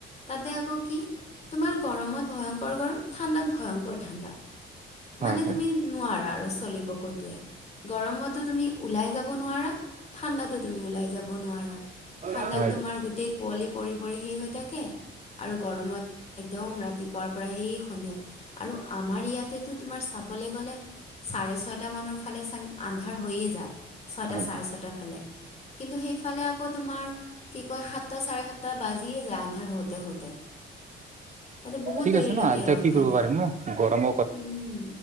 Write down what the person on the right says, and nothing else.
হয় হয়।
হয়
হয়
হয়
ঠিক
আছে ন এতিয়া
কি কৰিব
পাৰিম নো গৰম।